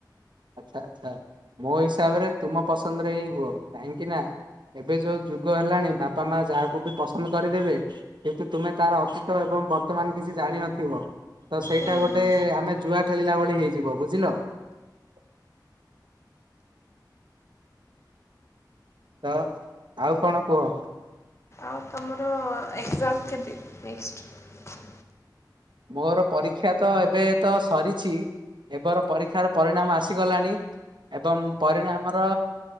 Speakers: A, on the right; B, on the left.
A: ଆଛା ଆଛା ମୋ ହିସାବରେ ତୁମ ପସନ୍ଦରେ ଏଇ ହୁଅ କାହିଁକି ନା ଏବେ ଯୋଉ ଯୁଗ ହେଲାଣି ବାପା ମା ଯାହାକୁ ବି ପସନ୍ଦ କରିଦେବେ କିନ୍ତୁ ତୁମେ ତାର ଅତୀତ ଏବଂ ବର୍ତ୍ତମାନ କିଛି ଜାଣିିନଥିବ ତ ସେଇଟା
B: ହୁଁ
A: ଗୋଟେ
B: ହୁଁ
A: ଆମେ ଜୁଆ ଖେଳିଲା ଭଳି ହେଇଯିବ ବୁଝିଲ। <inaudible> ହଁ ଆଉ କଣ କୁହ?
B: ଆଉ ତମର ଏକ୍ଜାମ କେବେ ନେକ୍ସଟ।
A: ମୋର ପରୀକ୍ଷା ତ ଏବେ ତ ସରିଛି। ଏବର ପରୀକ୍ଷାର ପରିଣାମ ଆସିଗଲାଣି ଏବଂ ପରିଣାମର